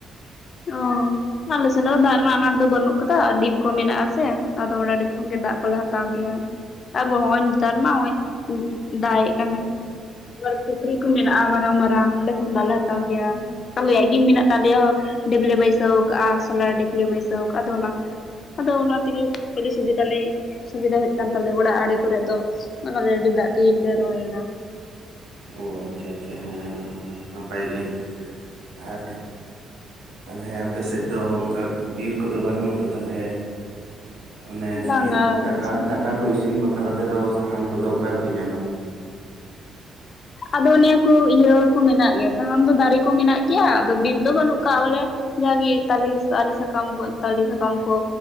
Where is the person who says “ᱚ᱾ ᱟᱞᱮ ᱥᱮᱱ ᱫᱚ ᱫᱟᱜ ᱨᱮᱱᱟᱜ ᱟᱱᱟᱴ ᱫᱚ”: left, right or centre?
Left